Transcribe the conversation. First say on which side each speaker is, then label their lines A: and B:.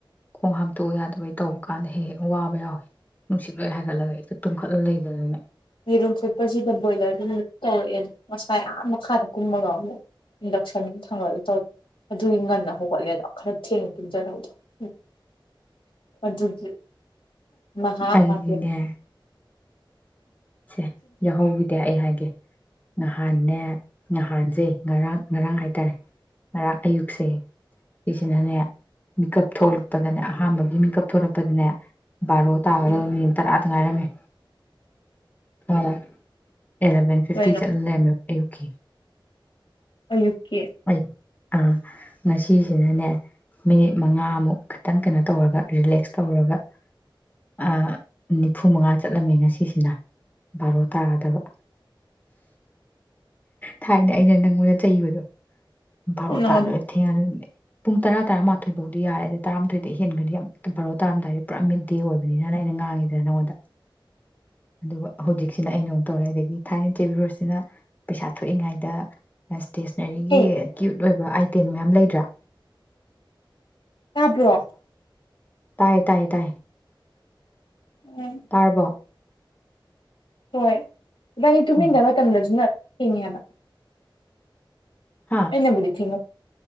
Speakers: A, on the left; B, on the left.
A: ꯈꯣꯡ ꯍꯥꯝꯇꯣꯛꯎ ꯌꯥꯗꯕꯩ ꯇꯧꯕ ꯀꯥꯟꯗ ꯍꯦꯛ ꯍꯦꯛ ꯋꯥꯕ ꯌꯥꯎꯑ‌ꯦ ꯅꯨꯡꯁꯤꯠ ꯂꯣꯏ ꯍꯥꯏꯒꯠꯂꯒ ꯍ‌ꯦꯛꯇ ꯇꯨꯝꯈꯠꯂ ꯂꯩꯗꯅꯅꯦ
B: ꯌꯦꯔꯨꯝ ꯐꯨꯠꯄꯁꯤꯗ ꯕꯣꯏꯂ꯭ꯔꯗꯨ ꯇꯧꯔꯛꯑꯦ ꯑꯗꯨ ꯃꯁꯥ ꯑꯥ ꯃꯈꯥꯗ ꯀꯨꯝꯕꯒꯥ ꯃꯨꯛ ꯏꯟꯗꯛꯁꯟ ꯊꯥꯡꯒꯠꯂ ꯇꯧꯑ‌ꯦ ꯑꯗꯨꯗꯤ ꯉꯟꯅ ꯍꯧꯒꯠꯂꯦꯗ‌ꯣ ꯈꯔ ꯊꯦꯡꯅ ꯇꯨꯝꯖꯗꯧꯗꯣ ꯍꯨꯝ ꯑꯗꯨꯒꯤ ꯃꯍꯥ
A: ꯑꯩꯗꯤꯅꯦ
B: ꯑꯒꯦ
A: ꯁꯦ ꯌꯥꯎꯍꯧꯒꯤꯗꯤ ꯑꯩ ꯍꯥꯏꯒꯦ ꯅꯍꯥꯟꯅꯦ ꯅꯍꯥꯟꯁꯦ ꯉꯔꯥꯡ ꯉꯔꯥꯡ ꯍꯥꯏꯇꯥꯔꯦ ꯉꯔꯥꯡ ꯑꯌꯨꯛꯁꯦ ꯁꯤ ꯁꯤꯅꯅꯦ ꯃꯤꯀꯞ ꯊꯣꯛꯂꯛꯄꯗꯅꯦ ꯑꯍꯥꯟꯕꯒꯤ ꯃꯤꯀꯞ ꯊꯣꯛꯂꯛꯄꯗꯅꯦ ꯕꯥꯔꯣ ꯇꯥꯒꯗꯕ
B: ꯎꯝ
A: ꯃꯤꯅꯤꯠ ꯇꯔꯥ ꯇꯧ ꯉꯥꯏꯔꯝꯃ‌ꯦ ꯈꯪꯉꯥꯕꯥ ꯑꯦꯂꯥꯚꯦꯟ ꯐꯤꯐꯇꯤ
B: ꯀꯩꯅꯣ
A: ꯆꯠꯂ ꯂꯩꯔꯝꯃꯦ ꯑꯌꯨꯛ ꯀꯤ
B: ꯑꯌꯨꯛꯀꯤ
A: ꯑꯩ ꯑꯥ ꯉꯁꯤ ꯁꯤꯅꯅꯦ ꯃꯤꯅꯤꯠ ꯃꯉꯥ ꯃꯨꯛ ꯈꯛꯇꯪ ꯀꯩꯅꯣ ꯇꯧꯔꯒ ꯔꯤꯂꯦꯛꯁ ꯇꯧꯔꯒ ꯑ ꯅꯤꯐꯨ ꯃꯉꯥ ꯆꯠꯂꯝꯃꯦ ꯉꯁꯤꯁꯤꯅ ꯕꯥꯔꯣ ꯇꯥꯒꯗꯕ ꯊꯥꯏꯅ ꯑꯩꯅ ꯅꯪꯉꯣꯟꯗ ꯆꯩꯕꯗꯣ ꯕꯥꯔꯣ
B: ꯅꯪꯉꯣꯟꯗ
A: ꯇꯥꯗꯣꯔꯦ ꯊꯦꯡꯉꯥꯅꯤꯅ‌ꯦ ꯄꯨꯡ ꯇꯔꯥ ꯇꯔꯥꯃꯥꯊꯣꯏ ꯐꯥꯎꯗꯤ ꯌꯥꯔꯦ ꯇꯔꯥꯃꯥꯊꯣꯏꯗꯩꯩ ꯍꯦꯟꯒ꯭ꯔꯗꯤ ꯌꯥꯝ ꯕꯔ‌ꯣ ꯇꯥꯔꯝꯗꯥꯏꯗꯤ ꯄꯨꯔꯥ ꯃꯤꯠ ꯑꯗꯨꯅꯤꯅ ꯑꯩꯅ ꯉꯥꯡꯉꯤꯗꯅ ꯅꯪꯉꯣꯟꯗ ꯑꯗꯨꯒ ꯍꯧꯖꯤꯛꯁꯤꯅ ꯑꯩꯅ ꯑꯃꯨꯛ ꯇꯧꯔꯛꯑꯦ ꯑꯗꯒꯤ ꯊꯥꯏꯅ ꯆꯦꯕꯤ ꯔꯣꯁꯅꯤꯅ ꯄꯩꯁꯥ ꯊꯣꯛꯏꯉꯩꯗ ꯑꯁ ꯏꯁꯇꯦꯁꯟꯅꯔꯤꯒꯤ
B: ꯍꯩ
A: ꯀ꯭ꯌꯨꯠ ꯑꯣꯏꯕ ꯑꯥꯏꯇ‌ꯦꯝ ꯇꯦꯝ ꯃꯌꯥꯝ ꯂꯩꯗ꯭ꯔꯥ
B: ꯇꯥꯗ꯭ꯔꯣ
A: ꯇꯥꯏ ꯇꯥꯏ ꯇꯥꯏ
B: ꯎꯝ
A: ꯇꯥꯔꯕꯣ
B: ꯍꯣꯏ ꯏꯕꯥꯟꯅꯤ ꯇꯨꯃꯤꯟꯅꯕꯥ
A: ꯎꯝ
B: ꯇꯝꯗꯕꯁꯤꯅ ꯁꯤꯅꯦꯕꯥ
A: ꯍꯥ
B: ꯑꯩꯅꯕꯨꯗꯤ ꯊꯤꯡ ꯉꯝ